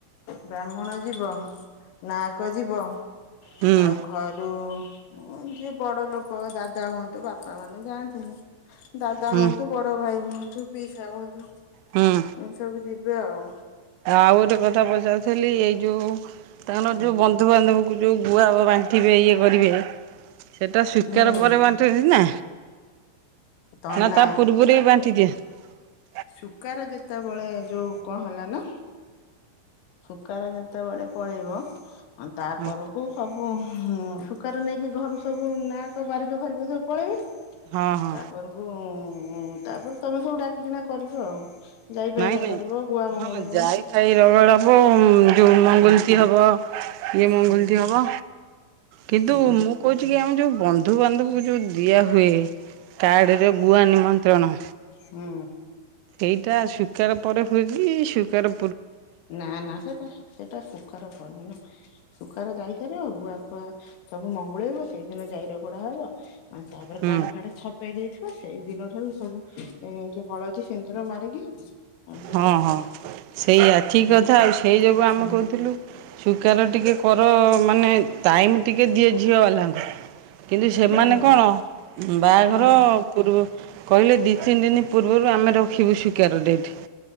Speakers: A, on the left; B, on the right.
A: ବ୍ରାହ୍ମଣ ଯିବ ନାହକ ଯିବ।
B: ହୁଁ
A: ଆଉ ଘରୁ ହଁ ଯିଏ ବଡ ଲୋକ ଦାଦା ହୁଅନ୍ତୁ, ବାପା ମାନେ ଯାଆନ୍ତିନି। ଦାଦା
B: ହୁଁ
A: ହୁଅନ୍ତୁ, ବଡ ଭାଇ ହୁଅନ୍ତୁ, ପିଇସା ହୁଅନ୍ତୁ,
B: ହୁଁ
A: ଏମିତି ସବୁ ଯିବେ ଆଉ
B: ଆଉ ଗୋଟେ କଥା ପଚାରୁଥିଲି ଏଇ ଯୋଉ ତାଙ୍କର
A: ହୁଁ
B: ଯୋଉ ବନ୍ଧୁବାନ୍ଧବ କ ଯୋଉ ଗୁଆବ ବାଣ୍ଟିବେ ଇଏ କରିବେ ସେଇଟା ସ୍ୱୀକାର
A: ହୁଁ
B: ପରେ ବାଣ୍ଟୁଛନ୍ତି ନା
A: ତନା
B: ନା ତା ପୂର୍ବରୁ ବାଣ୍ଟି ଦିଅନ୍ତି।
A: ସୁୁଖାର ଯେତେବେଳେ ଯୋଉ କଣ ହେଲା ନା ସୁୁଖାରେ ଯେତେବେଳେ ପଳେଇବ ତାପରକୁ
B: ହଁ
A: ସବୁ ହୁଁ ଶୁକାରାର ନେଇକି ଘରକୁ ସବୁ ନାହାକ, ବାରିକ ଫାରିକ ସବୁ ପଳେଇବେ।
B: ହଁ ହଁ
A: ତାପରକୁ, ତାପରେ ତମେ ସବୁ ଡାକିକିନା କରିବ ଆଉ ଯାଇଫାଇ
B: ନାଇଁ
A: ରଗଡିବ।
B: ନାଇଁ
A: ଗୁଆ
B: ହଁ
A: ମଙ୍ଗୁଳେଇବ
B: ଯାଇ ଫାଇ ରଗଳ, <unintelligible> ହବ ଯୋଉ ମଙ୍ଗୁଲଚ
A: ହୁଁ
B: ହବ ଇଏ ମଙ୍ଗୁଲଟି
A: ହୁଁ
B: ହବ। କିନ୍ତୁ
A: ହୁଁ
B: ମୁଁ କହୁଛି କି ଆମ ଯେଉଁ ବନ୍ଧୁବାନ୍ଧବଙ୍କୁ ଯେଉଁ ଦିଆହୁୁଏ। କାର୍ଡ଼ରେ ଗୁଆ ନିମନ୍ତ୍ରଣ।
A: ହୁଁ
B: ସେଇଟା ଶୁଖାର ପରେ ହୁଏକି, ଶୁଖାର
A: ନା ନା ସେଟା, ସେଟା ଶୁଖାର ପରେ ନା ଶୁଖାରେ ଯାଇସାରିବ, ଗୁଆ ଫୁଆ ସବୁ ମଙ୍ଗୁଳେଇବ, ସେଇଦିନ ଯାଇରଗଡା ହବ। ଆଉ ତାପରେ
B: ହୁଁ
A: କାଡ ଫାଡ ଛପେଇ ଦେଇଥିବ ସେଇ ଦିନ ଠାରୁ ସବୁ ଏ ଯୋଉ ହଳଦୀ ସିନ୍ଦୁର ମାରିକି ସବୁ
B: ହଁ
A: ଦବ
B: ହଁ ସେଇ ଆଛି
A: ହୁଁ
B: କଥା ଆଉ, ସେଇ ଯୋଗୁଁ ଆମେ
A: ହୁଁ।
B: କହୁଥିଲୁ ସୁକାର ଟିକେ କର ମାନେ, ଟାଇମ ଟିକେ ଦିଏ ଝିଅ ବାଲାଙ୍କୁ କିନ୍ତୁ ସେମାନେ
A: ହୁଁ
B: କଣ ବାହାଘର
A: ହୁଁ
B: ପୂର୍ବ, କହିଲେ ଦି ତିନି ଦିନି ପୂର୍ବରୁ ଆମେ ରଖିବୁ ସୁଖାର ରେ ଏଠି।